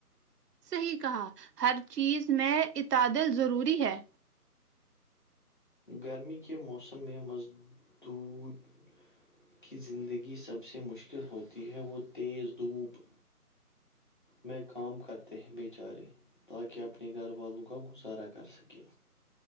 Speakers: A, on the right; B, on the left.
A: صحیح کہا ہر چیز میں عتادل ضروری ہے
B: گرمی کے موسم میں مزدود کی زندگی سب سے مشکل ہوتی ہے وہ تیز دھوپ میں کام کرتے ہیں بیےچارے تاکہ اپنے گھر والوں کا گزارا کر سکیں